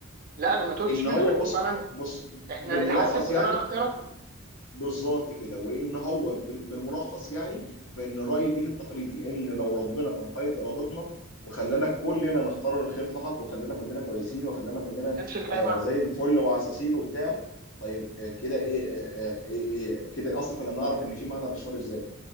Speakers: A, on the right; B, on the left.
A: لا انا ما توتش
B: ان
A: منك
B: هو بص
A: هو فعلا
B: بص
A: احنا
B: بالملخص
A: هنتحاسب بناء
B: يعني
A: على اختياراتنا
B: بالظبط كده وان هو بال- بالملخص يعني فان راي الدين التقليدي ان لو ربنا كان قيد ارادتنا وخلانا كلنا نختار الخير فقط وخلانا كلنا كويسين وخلانا كلنا
A: ما كانش الحياه
B: آه
A: معانا
B: زي الفل وعساسين وبتاع طيب آه كده ايه, آه آه ايه, ايه كده اصلا كنا نعرف ان في معنى للشر ازاي